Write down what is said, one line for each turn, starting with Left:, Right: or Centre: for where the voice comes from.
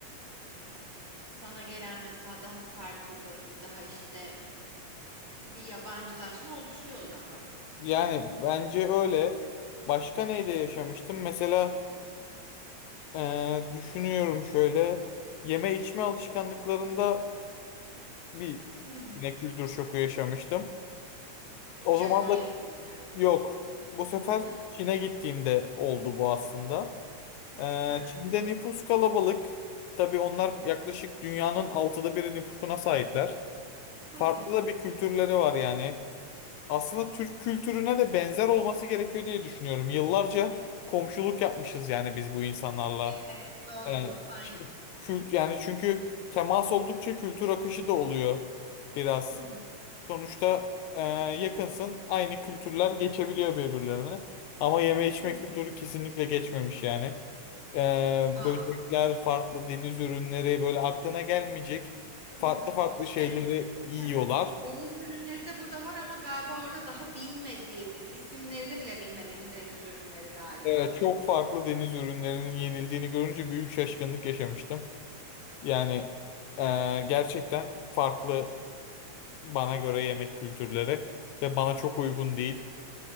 Right: m, sana gelen mesela daha farklılık, daha işte bir yabancılaşma oluşuyor o zaman.
Left: Yani bence öyle. Başka neyde yaşamıştım? Mesela Ee, düşünüyorum şöyle. Yeme içme alışkanlıklarında bir
Right: Hı hı.
Left: yine kültür şoku yaşamıştım. O
Right: Japonya'da
Left: zaman da
Right: yine.
Left: yok. Bu sefer
Right: Hı
Left: Çin'e gittiğimde oldu bu aslında. Ee,
Right: hı.
Left: Çin'de nüfus kalabalık. Tabii onlar yaklaşık dünyanın altıda biri nüfusuna sahipler.
Right: Hı
Left: Farklı
Right: hı.
Left: da bir kültürleri var yani. Aslında Türk kültürüne de benzer olması gerekiyor diye düşünüyorum. Yıllarca komşuluk yapmışız yani biz bu insanlarla.
Right: Evet, doğru.
Left: Yani
Right: Aynı.
Left: ki- kült yani çünkü temas oldukça kültür akışı da oluyor biraz.
Right: Hı hı.
Left: Sonuçta e, yakınsın, aynı kültürler geçebiliyor birbirlerine. Ama yeme içme
Right: Hı hı.
Left: kültürü kesinlikle geçmemiş yani. E,
Right: Aa.
Left: böcekler, farklı deniz ürünleri böyle aklına gelmeyecek farklı
Right: Hı hı.
Left: farklı şeyleri
Right: Yani, <laughs>
Left: yiyorlar.
Right: hı hı. Deniz ürünleri de burada var ama galiba orada daha bilmediğimiz, isimlerini bile bilmediğimiz deniz ürünleri galiba.
Left: E, çok farklı deniz ürünlerinin yenildiğini görünce büyük şaşkınlık yaşamıştım. Yani e, gerçekten farklı bana göre yemek kültürleri ve bana çok uygun değil.